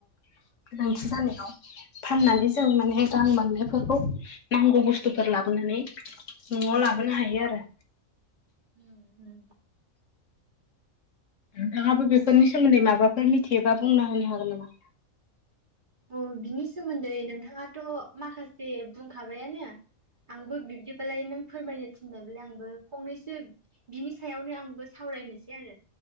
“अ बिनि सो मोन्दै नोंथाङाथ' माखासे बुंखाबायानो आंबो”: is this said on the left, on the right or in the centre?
Right